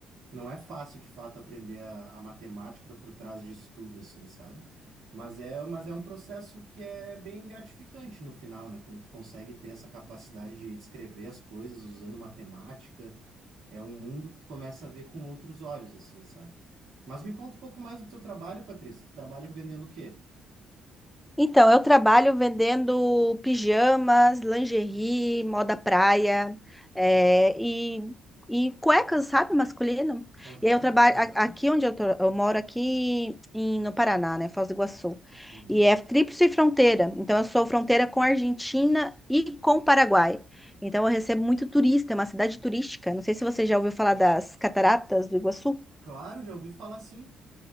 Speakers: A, on the right; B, in the centre.
A: não é fácil de fato aprender a, a matemática por trás disso tudo assim, sabe? Mas é, mas é um processo que é bem gratificante no final, né? Quando tu consegue ter essa capacidade de descrever as coisas usando matemática é um mundo que tu começa a ver com outros olhos, assim, sabe? Mas me conta um pouco mais do teu trabalho, Patrícia. Tu trabalha vendendo o quê?
B: Então, eu trabalho vendendo pijamas, lingerie, moda praia, é, e, e cuecas, sabe, masculino.
A: Aham.
B: E aí eu trabalho a- aqui onde eu, tô- eu moro aqui em- no Paraná, né, Foz do Iguaçu.
A: Uhum.
B: E é tríplice fronteira. Então, eu sou fronteira com a Argentina e com o Paraguai. Então, eu recebo muito turista, é uma cidade turística. Não sei se você já ouviu falar das Cataratas do Iguaçu.
A: Claro, já ouvi falar sim.